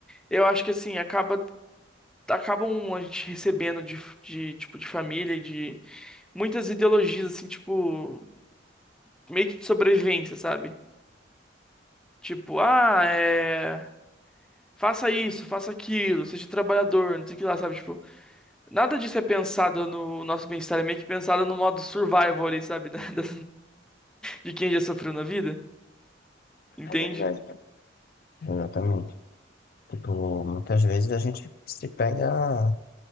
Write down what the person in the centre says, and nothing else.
eu acho que assim, acaba acabam a gente recebendo de, de tipo de família, e de muitas ideologias assim, tipo, meio que de sobrevivência, sabe? Tipo, ah, é, faça isso, faça aquilo, seja trabalhador, não sei o que lá, sabe? Tipo, Nada disso é pensado no nosso bem-estar, é meio que pensado no modo survival ali, sabe? <laughs> Da, da- de quem já sofreu na vida, entende?